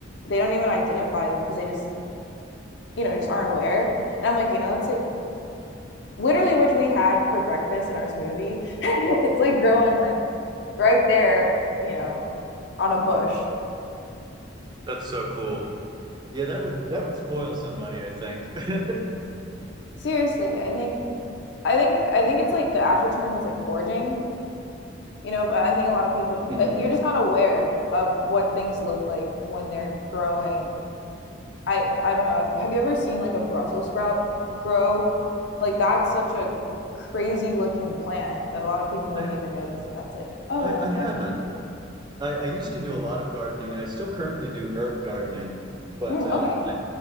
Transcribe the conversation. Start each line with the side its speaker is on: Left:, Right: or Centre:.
Left: they don't even identify them because they just you know just aren't aware. And I'm like, you know, that's like literally which we had for breakfast in our smoothie. <laughs> it's like growing like right there, you know, on a bush.
Right: that's so cool. yeah, that would that would spoil somebody, I think. <laughs>
Left: Seriously, I think I think I think it's like the actual term is like foraging, you know, but I think a lot of people
Right: Mhm.
Left: uh, you're just not aware of what things look like when they're growing. I I don't know. Have, have you ever seen like a Brussels sprout grow? Like that's such a crazy looking plant that a lot of people wouldn't
Right: I,
Left: even notice that that's like, oh,
Right: I
Left: that's
Right: I haven't.
Left: Brussels sprout.
Right: I, I used to do a lot of gardening and I still currently do herb gardening, but
Left: Mm,
Right: um
Left: okay.